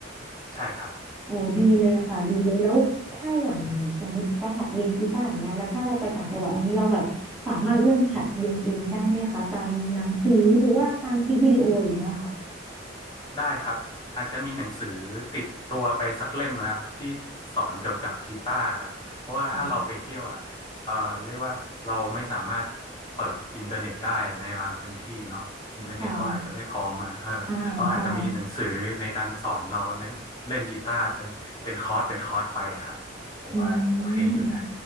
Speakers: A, on the left; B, in the centre.
A: ใช่ครับ
B: โอ้ดีเลยค่ะดีเลยแล้วถ้าอย่างสมมติจะหัดเรียนกีตาร์อย่างเงี้ยแล้วถ้าเราไปต่างจังหวัดอันนี้เราแบบสามารถเริ่มหัดเรียนเองได้ไหมคะตามหนังสือหรือว่าตามคลิปวิดีโออย่างเงี้ยค่ะ
A: อืม ได้ครับอาจจะมีหนังสือติดตัวไปสักเล่มนะครับที่สอนเกี่ยวกับกีตาร์ครับเพราะว่าถ้าเราไปเที่ยวอ่ะเอ่อเรียกว่าเราไม่สามารถเปิดอินเทอร์เน็ตได้ในบางพื้นที่เนาะอินเทอร์เน็ตเขาอาจจะไม่พร้อมอ่ะเออเราอาจจะมีหนังสือในการสอนเราในเล่นกีตาร์เป็นเป็นคอร์สเป็นคอร์สไปอะครับผมว่าโอเคอยู่นะ
B: ค่ะค่ะอ่าใช่อืม